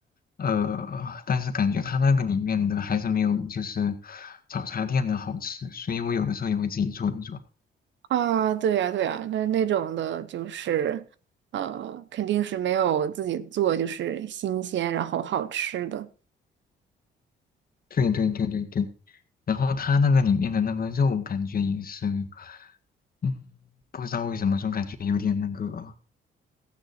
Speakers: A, on the left; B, on the right.
A: 呃，但是感觉它那个里面的还是没有就是早茶店的好吃，所以我有的时候也会自己做一做。
B: 啊，对呀，对呀，那那种的就是，呃，肯定是没有自己做就是新鲜然后好吃的。
A: 对对对对对。然后它那个里面的那个肉感觉也是，嗯，不知道为什么总感觉有点那个，